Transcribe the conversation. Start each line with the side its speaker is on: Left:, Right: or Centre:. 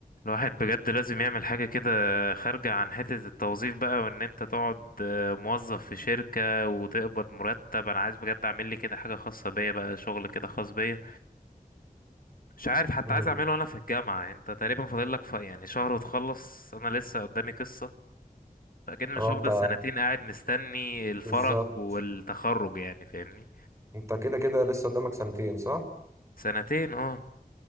Left: الواحد بجد لازم يعمل حاجة كده خارجة عن حتة التوظيف بقى وان انت تقعد آه، موظف في شركة وتقبض مرتب انا عايز بجد اعمل لي كده حاجة خاصة بيا بقى شغل كده خاص بيا مش عارف حتى
Right: امم
Left: عايز اعمله وانا في الجامعة انت تقريبا فاضل لك ف- يعني شهر وتخلص انا لسه قدامي قصة فاكيد مش
Right: اه انت
Left: هفضل سنتين قاعد مستني الفرج
Right: بالظبط
Left: والتخرج يعني فاهمني
Right: انت كده كده لسه قدامك سنتين صح
Left: سنتين اه